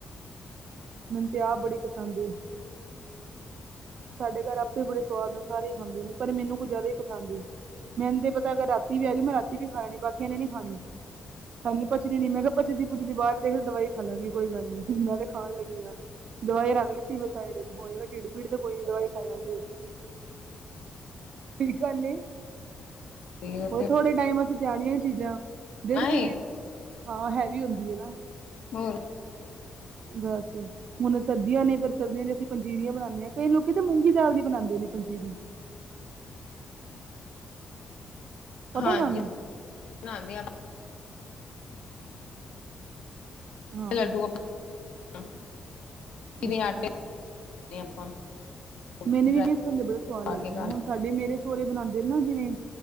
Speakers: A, on the right; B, on the left.
A: ਮੈਨੂੰ ਤੇ ਆਪ ਬੜੀ ਪਸੰਦ ਏ। ਸਾਡੇ ਘਰ ਆਪੇ ਬੜੇ ਸਵਾਦ ਨਾਲ ਸਾਰੇ ਹੀ ਖਾਂਦੇ ਨੇ, ਪਰ ਮੈਨੂੰ ਕੁ ਜ਼ਿਆਦਾ ਹੀ ਪਸੰਦ ਏ। ਮੈਂਨੂੰ ਤੇ ਪਤਾ ਅਗਰ ਰਾਤੀ ਵੀ ਹੈਗੀ ਮੈਂ ਰਾਤੀ ਵੀ ਖਾ ਲੈਣੀ ਬਸ ਕਹਿੰਦੇ ਨੇ ਨੀ ਖਾਣੀ, ਸਾਨੂੰ ਪਚਦੀ ਨੀ ਮੈਂ ਕਿਹਾ ਪਚਦੀ ਪੁੱਜਦੀ ਬਾਹਰ ਦੇ ਦਵਾਈ ਖਾ ਲਾਂਗੀ ਕੋਈ ਗੱਲ ਨੀ, ਮੈਂ ਤੇ ਖਾਣ ਲੱਗੀ ਹਾਂ ਦਵਾਈ ਰੱਖ ਲਿੱਤੀ ਮੈਂ ਸਾਈਡ ਵਿੱਚ। ਹੋਏਗਾ ਢਿੱਡ ਪੀੜ ਤੇ ਕੋਈ ਨੀ ਦਵਾਈ ਖਾਵਾਂਗੇ ਕਰਨੀ
B: ਤੇ ਉਹ
A: ਹੋਰ
B: ਤੇ
A: ਥੋੜੇ ਟਾਈਮ ਆਸੇ ਤੇ ਆਣੀਆਂ ਚੀਜ਼ਾਂ, ਜੇੜੀ
B: ਨਾ
A: ਚੀਜ਼
B: ਏ,
A: ਹਾਂ ਹੈਵੀ ਹੁੰਦੀ ਹੈ ਨਾ
B: ਹੋਰ
A: ਬਸ ਹੁਣ ਸਰਦੀਆਂ ਨੇ ਫੇਰ ਸਰਦੀਆਂ ਚ ਅਸੀਂ ਪੰਜੀਰੀਆਂ ਬਣਾਾਨਦੇ ਹਾਂ। ਕਈ ਲੋਕ ਤਾਂ ਮੂੰਗੀ ਦਾਲ ਦੀ ਬਣਾਉਂਦੇ ਨੇ ਪੰਜੀਰੀ। ਪਤਾ
B: ਹਾਂਜੀਂ
A: ਤੁਹਾਨੂੰ
B: ਹਾਂਜੀ
A: ਹਾਂ
B: ਲੱਡੂ ਆਪਾਂ ਆਟੇ
A: ਅੱਛਾ
B: ਆਪਾਂ <inaudible> ਡਰਾਈ
A: ਮੈਨੂੰ ਵੀ ਵੇਸਣ ਦੇ ਬੜੇ ਸਵਾਦ
B: ਪਾ
A: ਲੱਗਦੇ
B: ਕੇ ਖਾ
A: ਨੇ, ਹੁਣ
B: ਲਏ।
A: ਸਾਡੇ ਮੇਰੇ ਸੋਹਰੇ ਬਣਾਉਂਦੇ ਨੇ ਨਾ ਜਿਵੇਂ